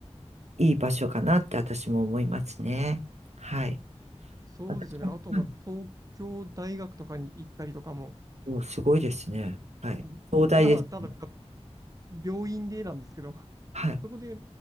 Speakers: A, on the right; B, on the right.
A: いい場所かなって私も思いますね。はい。
B: そうですよね。
A: 私も、
B: あと、
A: はい。
B: まあ、東京大学とかに行ったりとかも、
A: お、すごいですね。はい。
B: んまあ、
A: 東大です。
B: ただ、病院でなんですけど、
A: はい。
B: そこで、